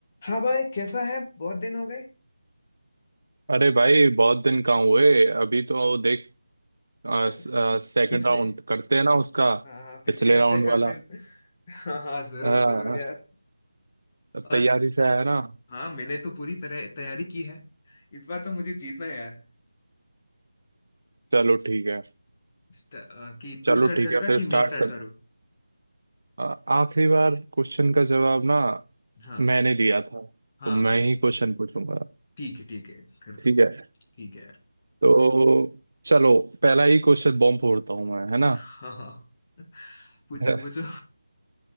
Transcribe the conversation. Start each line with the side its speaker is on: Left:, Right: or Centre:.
Left: हाँ भाई कैसा है बहुत दिन हो गए
Right: अरे भाई बहुत दिन कहाँ हुए अभी तो देख सेकंड
Left: अ, पिछले
Right: राउंड करते हैं ना उसका
Left: हाँ हाँ, पिछले
Right: पिछले
Left: हफ्ते
Right: राउंड वाला
Left: का क्विज हाँ हाँ जरूर
Right: हाँ
Left: जरूर यार
Right: अब
Left: और
Right: तैयारी से आया ना
Left: हाँ मैंने तो पूरी तरह तैयारी की है इस बार तो मुझे जीतना है यार
Right: चलो ठीक है
Left: स्ट- अ, कि तू
Right: चलो
Left: स्टार्ट
Right: ठीक
Left: करेगा
Right: है फिर
Left: कि
Right: स्टार्ट
Left: मैं स्टार्ट
Right: कर
Left: करूँ
Right: आ, आखिरी बार क्वेश्चन का जवाब ना
Left: हाँ
Right: मैंने दिया था
Left: हाँ
Right: तो मैं
Left: हाँ
Right: ही क्वेश्चन पूछूंगा
Left: ठीक है ठीक है कर
Right: ठीक
Left: दो
Right: है
Left: ठीक है यार
Right: तो चलो पहला ही क्वेश्चन बॉम्ब फोड़ता हूँ मैं है ना
Left: हाँ हाँ हाँ। पूछो
Right: <laughs>
Left: पूछो